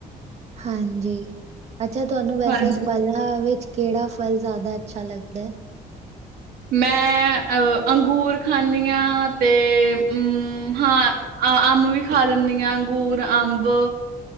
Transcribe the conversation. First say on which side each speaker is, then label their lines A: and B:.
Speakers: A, on the right; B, on the right.
A: ਹਾਂਜੀ, ਅੱਛਾ ਤੁਆਨੂੰ ਵੈਸੇ
B: ਹਾਂਜੀ
A: ਫਲ ਆ, ਵਿੱਚ ਕਿਹੜਾ ਫਲ ਜ਼ਿਆਦਾ ਅੱਛਾ ਲੱਗਦੈ?
B: ਮੈਂ ਅ, ਅੰਗੂਰ ਖਾਂਨੀ ਆਂ, ਤੇ, ਉਂ, ਹਾਂ ਆ ਅੰਮ ਵੀ ਖਾ ਲਿੱਨੀ ਆ, ਅੰਗੂਰ, ਅੰਬ